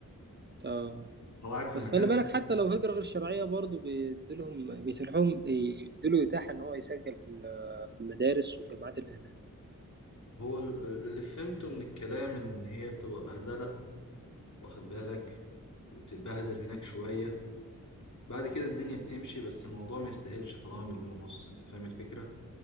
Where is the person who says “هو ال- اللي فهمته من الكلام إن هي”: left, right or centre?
Left